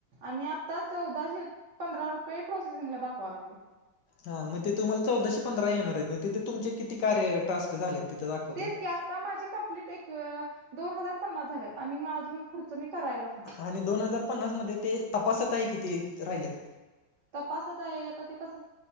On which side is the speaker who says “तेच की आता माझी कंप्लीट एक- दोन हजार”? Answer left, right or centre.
Right